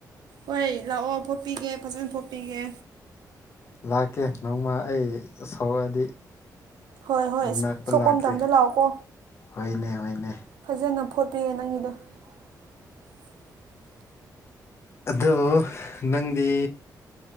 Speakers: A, on the right; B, on the left.
A: ꯍꯣꯏ ꯂꯥꯛꯑꯣ ꯐꯣꯄꯤꯒꯦ ꯐꯖꯅ ꯐꯣꯄꯤꯒꯦ
B: ꯂꯥꯛꯀꯦ ꯅꯣꯡꯃ ꯑꯩ ꯁꯧꯔꯛꯑꯗꯤ꯫
A: ꯍꯣꯏ ꯍꯣꯏ
B: ꯃꯅꯥꯛꯇ
A: ꯁꯣꯛꯄ
B: ꯂꯥꯛꯀꯦ
A: ꯃꯇꯝꯗ ꯂꯥꯛꯑꯣꯀꯣ
B: ꯍꯣꯏꯅꯦ ꯍꯣꯏꯅꯦ
A: ꯐꯖꯅ ꯐꯣꯠꯄꯤꯌꯦ ꯅꯪꯒꯤꯗꯣ <inaudible>
B: ꯑꯣ ꯅꯪꯗꯤ